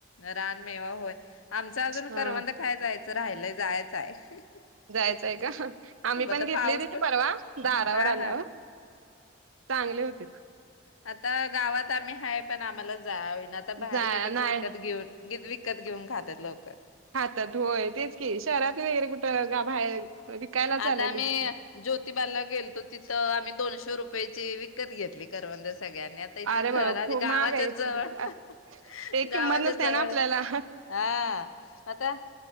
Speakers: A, on the left; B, on the right.
A: रानमेवा होय आमचा अजून
B: हा
A: करवंद खाय जायचं राहिलाय जायचं आहे.
B: जायचंय का आम्ही पण
A: आता
B: घेतलेली
A: पाऊस पण
B: ती परवा दारावर
A: हा
B: आल्यावर
A: हा
B: चांगले होते
A: आता गावात आम्ही हाय पण आम्हाला जावेना आता बाहेर
B: जा
A: गेले
B: नाही
A: की उत्यात घेऊन ग विकत घेऊन खातात लोकं
B: हातात होय तेच की शहरात वगैरे कुठं गा बाहेर विकायला चालेलीच
A: आता आम्ही
B: की
A: ज्योतिबाला गेलतो तिथं आम्ही दोनशे रुपयाची विकत घेतली करवंद सगळ्यांनी आता इथ
B: अरे
A: घरा
B: बा खूप
A: गावाच्याच
B: महाग आहे
A: जवळ, <unintelligible>
B: ते
A: गावाच्या
B: किंमत नसते
A: जवळ
B: ना आपल्याला
A: हा आता